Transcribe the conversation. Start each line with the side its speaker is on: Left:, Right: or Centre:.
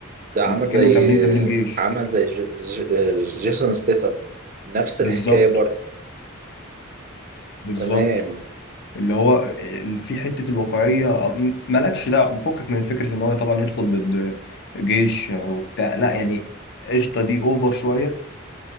Right: ده
Left: يعني
Right: عمل
Left: اكنه
Right: زي
Left: تمرين تمرين جيش
Right: عمل زي ج- ج- جيسون ستيتم نفس الحكاية
Left: بالظبط
Right: برضه
Left: بالظبط
Right: تمام
Left: اللي هو ال- في حتة الواقعية م- مالكش دعوة فكك من فكرة ان هو طبعا يدخل ضد جيش وبتاع لا يعني قشطة دي اوفر شوية